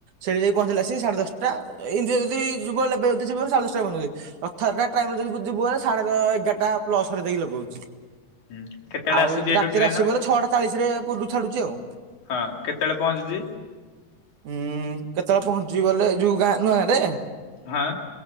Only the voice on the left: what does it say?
ହୁଁ। କେତେବେଳେ
ଆସୁଛି
ଏଇଠୁ
ଟ୍ରେନ
ହଁ କେତେବେଳେ ପହଞ୍ଚୁଛି
ହଁ।